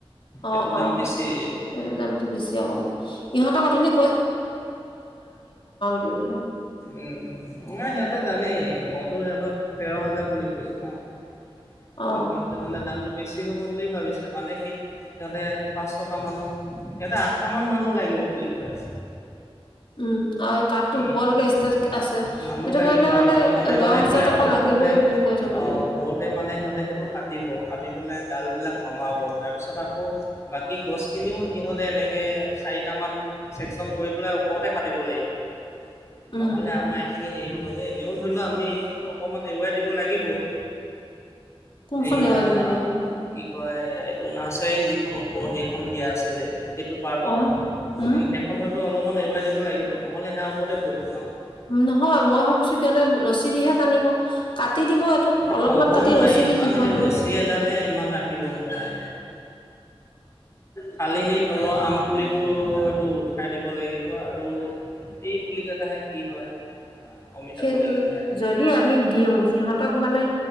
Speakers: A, on the left; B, on the left.
A: অহ-অহ
B: এইটো দাম বেছি এইটো।
A: সটো দামটো বেছি অকমান। ইহঁতক অথনি কৰিবলে।
B: উম, নাই সিহঁতে জানেই, মইতো সিহঁতক তেৰ হাজাৰ বুলি কৈছো ন? কিন্তু
A: অ
B: সিহঁতে মানে দামটৌ বেছি হ'ব বুলি ভাবিছে। মানে কি, সিহঁতে পাঁচ-ছটা মানুহ সিহঁতে আঠটা মান মানুহ লাগিব বুলি কৈ আছে।
A: উম। আৰু কাঠটো
B: উম
A: ওপৰলৈকে ষ্টেট আছে
B: মানোহ
A: সেইটো
B: লাগিব
A: কাৰণে
B: আৰু
A: মানে
B: সিহঁতে
A: দহ
B: মানে
A: হাজাৰ
B: কি
A: টকা
B: আৰু ওপৰতে,
A: লাগিবই বুলি কৈ থব
B: অহ
A: লাগিব
B: ওপৰতে মানে সিহতে সেইটো কাটিব কাটি পেলাই ডাল বিলাক নমাব তাৰপিছত আকৌ বাকী গছখিনিও সিহঁতে এনেকে চাৰিটামান চেকচন কৰি পেলাই ওপৰতে কাটিব লাগিব।
A: উম
B: নহলে আমাৰ এইখিনি হেৰি হ'ব। এনেও ধৰি লও আমি এইখন অকমান এৰুৱাই দিব লাগিবই।
A: কোনখন
B: এয়া
A: এৱাই দিব লাগিব
B: কি কয় এইটো নাৰ্চাৰী যি ওপৰৰ সেইখন দিয়া আছে যে? সেইটো পাৰ্টত
A: অ
B: গতিকে
A: উম
B: সেইখন হ'ল। তো অলপমান এৰুৱাই দিব লাগিব ন? নহ'লে সেয়া ওপৰতে পৰিব ন?
A: নহয় মই ভাবিছো সিহঁতে ৰছী দিহে টানিব। কাটি দিব এইটো অলপমান
B: ক'বও
A: কাটি
B: নোৱাৰি
A: ৰছী
B: ইমান
A: দি সিফালে।
B: সেই ৰছী এডালে ইমান ৰাখিব নোৱাৰে খালি সেই তলৰ আম পুলিটো হয়তো উঠাই দিব লাগিব আৰু এই পুলি কেইটাহে কি হয়। অমিতা
A: সেই
B: পুলিকেটা হে।
A: যদি আমি দিও সিহঁতক মানে